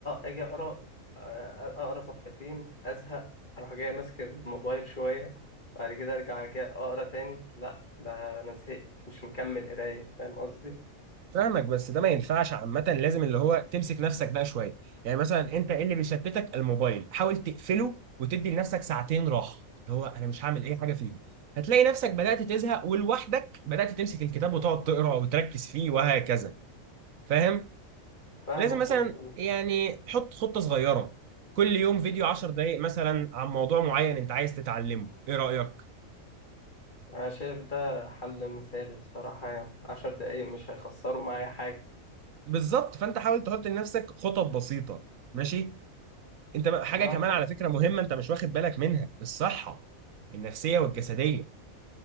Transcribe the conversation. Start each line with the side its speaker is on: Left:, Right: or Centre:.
Left: اجي اقرا أ- اقرا صفحتين ازهق اروح جاي ماسك الموبايل شويه بعد كده ارجع كده اقرا تاني لا ده انا زهقت مش مكمل قرايه فاهم قصدي
Right: فاهمك بس ده ما ينفعش عامة لازم اللي هو تمسك نفسك بقى شوية يعني مثلا أنت إيه اللي بيشتتك الموبايل حاول تقفله وتدي لنفسك ساعتين راحة اللي هو أنا مش هعمل أي حاجة فيهم هتلاقي نفسك بدأت تزهق ولوحدك بدأت تمسك الكتاب وتقعد تقرا وتركز فيه وهكذا فاهم
Left: فاهمك
Right: لازم مثلا
Left: و... و...
Right: يعني حط خطة صغيرة كل يوم فيديو 10 دقايق مثلا عن موضوع معين أنت عايز تتعلمه إيه رأيك
Left: انا شايف ده حل مثالي الصراحه يعني عشر دقايق مش هيخسروا معايا حاجه
Right: بالظبط فانت حاول تحط لنفسك خطط بسيطه ماشي انت بقى- حاجه
Left: ما
Right: كمان
Left: خد
Right: على فكره مهمه انت مش واخد بالك منها الصحه النفسيه والجسديه